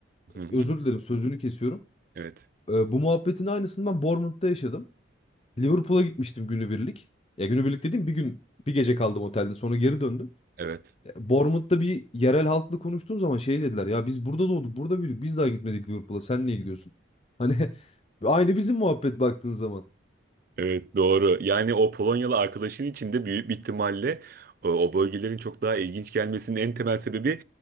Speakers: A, on the right (about 45°); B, on the left (about 30°).
A: Hı hı.
B: özür dilerim sözünü kesiyorum.
A: Evet.
B: E, bu muhabbetin aynısını ben Bournemouth'ta yaşadım. Liverpool'a gitmiştim günübirlik. Ya günübirlik dediğim bir gün bir gece kaldım otelde sonra geri döndüm.
A: Evet.
B: Ya, Bournemouth'ta bir yerel halkla konuştuğum zaman şey dediler ya biz burada doğduk burada büyüdük biz daha gitmedik Liverpool'a sen niye gidiyorsun? Hani <laughs> aynı bizim muhabbet baktığın zaman.
A: Evet doğru. Yani o Polonyalı arkadaşın için de büyük bir ihtimalle o, o bölgelerin çok daha ilginç gelmesinin en temel sebebi